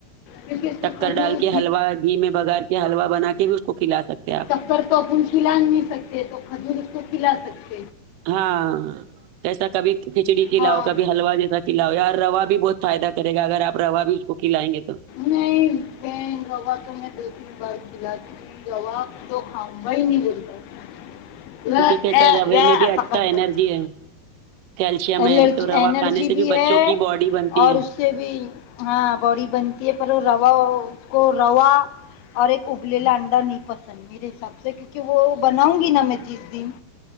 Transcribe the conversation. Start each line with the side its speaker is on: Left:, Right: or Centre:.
Left: کیونکہ اس کو
Right: ٹکر
Left: کھجور
Right: ڈال کے حلوا گھی میں بگاار کے حلوا بنا کے بھی اس کو کھلا سکتے آپ
Left: شکر تو اپ کھلا نہیں سکتے تو کھجور اس کو کھلا سکتے
Right: ہاں جیسا کبھی کھچڑی کلااؤ
Left: ہاں
Right: کبھی حلوا جیسا کھلاؤ اور روا بھی بہت فائدہ کرے گا اگرپ روا بھی اس کو کھلائیں گے تو
Left: نہیں نہی رواتوں میں بالل بار کھلا کی روا تو کھاؤں گا ہی نہیں بولتا وہ
Right: یک ہے کیسے
Left: اے-
Right: روے
Left: وہ
Right: میں بھی
Left: ایسا
Right: اچھا
Left: کرتے
Right: انرجی
Left: ہیں
Right: ہے کیلشیم
Left: الرجی
Right: ہے تو روا
Left: انرجی
Right: کھانے سے بھی
Left: ہے
Right: بچوں کی باڈی بنتی
Left: اور
Right: ہے
Left: اس سے بھی ہاں باڑی بنتی ہے پر وہ روا اس کو روا اور ایک ابللا انڈا نہیں پسند میرے حساب سے کیونکہ وہ بناؤں گی نا میں جس دن